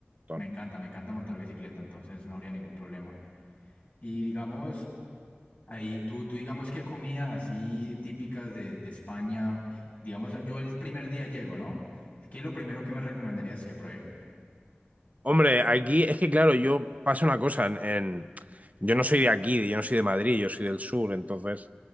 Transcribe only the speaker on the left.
Me encanta, me encanta montar bicicleta, entonces no habría ningún problema. Y digamos, Ahí, tú, tú digamos qué comidas así típicas de, de España, digamos, yo el primer día llego, ¿no? ¿Qué es lo primero que me recomendarías que pruebe?